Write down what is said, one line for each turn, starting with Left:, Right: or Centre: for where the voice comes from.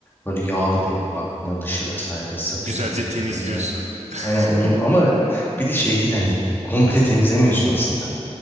Left: Böyle yağlı bir et baktığında dışı vesaire sırt
Right: Güzelce
Left: eti gibi
Right: temizliyorsun.
Left: böyle.
Right: <laughs>
Left: Hani onu ama bir de şey değil hani komple temizlemiyorsun aslında.